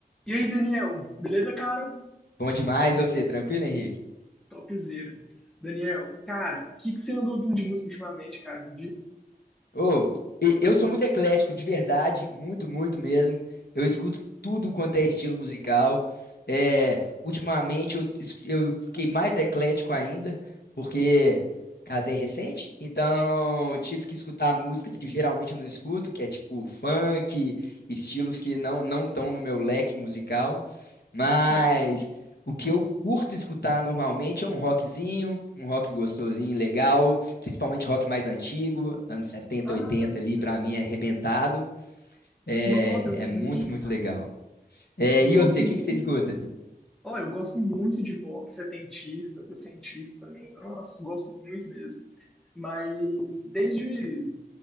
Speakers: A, in the centre; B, on the left.
A: E aí, Daniel, beleza, cara?
B: Bom demais, e você, tranquilo, Henrique?
A: Topzera. Daniel, cara, o que que você andou ouvindo de música ultimamente, cara? Me diz.
B: Ô, e- eu sou muito eclético, de verdade, muito, muito mesmo. Eu escuto tudo quanto é estilo musical. É, ultimamente eu, es- eu fiquei mais eclético ainda, porque casei recente, então tive que escutar músicas que geralmente eu não escuto, que é tipo funk, estilos que não não estão no meu leque musical. Mas
A: Boto fé.
B: o que eu curto escutar normalmente é um rockzinho, um rock gostosinho, legal. principalmente rock mais antigo, anos setenta
A: Ah,
B: 80 ali, pra mim é arrebentado. É,
A: nossa, eu também,
B: é muito,
A: cara.
B: muito legal. É,
A: Eu
B: e
A: gosto
B: você, o
A: muito.
B: que que você escuta?
A: Olha, eu gosto muito de rock setentista, sessentista também. Nossa, eu gosto muito mesmo. Mas desde